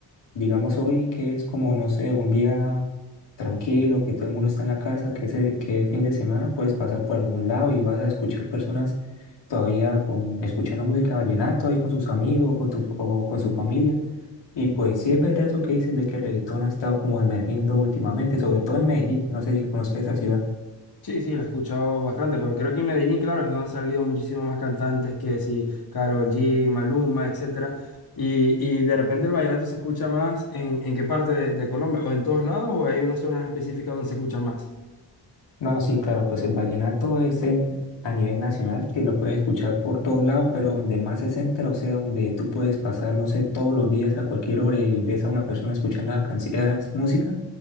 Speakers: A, on the left; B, on the left.
A: Digamos hoy que es como, no sé, un día tranquilo, que todo el mundo está en la casa, que ese, que fin de semana puedes pasar por algún lado y vas a escuchar personas todavía con, escuchando música vallenato ahí con sus amigos con tu, o con su familia. Y pues sí es verdad eso que dices de que el reggaetón ha estado como emergiendo últimamente, sobre todo en Medellín. No sé si conozcas esa ciudad.
B: Sí, sí, lo he escuchado bastante, pero creo que en Medellín, claro, es donde han salido muchísimos más cantantes que sí, Karol G, Maluma, etcétera. Y, y de repente el vallenato se escucha más en, en qué parte de, de Colombia, o en todos lados, o hay unas zonas específicas donde se escucha más.
A: No, sí, claro, pues el vallenato es en- a nivel nacional, que lo puedes escuchar por todos lados, pero donde más se centra, o sea, donde tú puedes pasar, no sé, todos los días a cualquier hora y ves a una persona escuchando la canci- esas música,